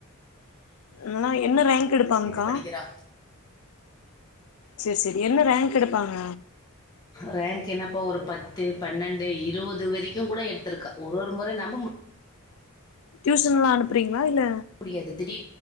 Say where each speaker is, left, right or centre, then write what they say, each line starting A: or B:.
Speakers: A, on the left; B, on the left.
A: ஆனா என்ன ரங்க் எடுப்பாங்க்கா
B: படிக்கிறா
A: சேர் சே என்ன ரங்க் எடுப்பாங்க
B: ரங்க் என்னப்பா ஒரு பத்து பன்னெண்டு இருவது வரைக்கு கூட எடுத்துருக்கா ஒருஒரு ஒரு மொற நம்ப மு
A: டியூசன்லா அனுப்றீங்ளா இல்ல
B: முடியாது திடீ